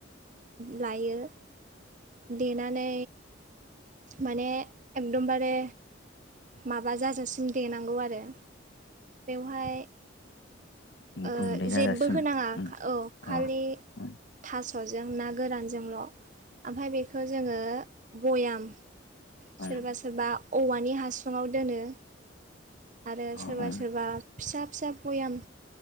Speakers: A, on the right; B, on the left.
A: लायो देनानै माने एकदमबारे माबा जाजासिम देनांगौ आरो बेवहाय
B: उम
A: ओ
B: गुन्दै जाजासिम
A: जेबो होनाङा औ
B: उम अ
A: खालि
B: उम
A: था सजों ना गोरानजोंल'। ओमफ्राय बेखौ जोङो बयाम सोरबा
B: उम उम
A: सोरबा औवानि हासुङाव दोनो आरो
B: अ
A: सोरबा
B: उम
A: सोरबा फिसा फिसा भयाम